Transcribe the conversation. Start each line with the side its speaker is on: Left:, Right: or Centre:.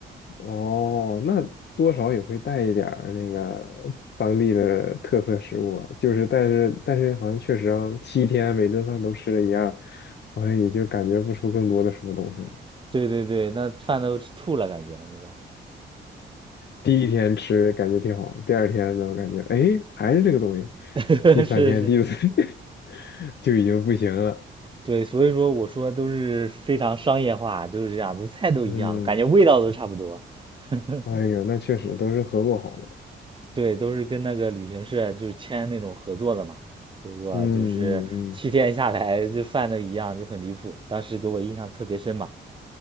Left: 哦，那多少也会带一点儿那个当地的特色食物啊。就是，但是但是好像确实啊，七天每顿饭都吃的一样，好像也就感觉不出更多的什么东西来。
Right: <laughs> 对对对，那饭都吃吐了感觉啊那
Left: 第一天吃感觉挺好，第二天呢，我感觉哎还是这个东西，
Right: 种。
Left: 第三天、
Right: <laughs> 是是。
Left: 第四天 <laughs> 就已经不行了。
Right: 对，所以说我说都是非常商业化，都是这样子，菜都一样，
Left: 嗯，
Right: 感觉味道都差不多。<laughs>
Left: 哎呦，那确实都是合作好的。
Right: 对，都是跟那个旅行社就签那种合作的嘛，结果就是七天下来就饭都一样，
Left: 嗯嗯嗯。
Right: 就很离谱，当时给我印象特别深嘛。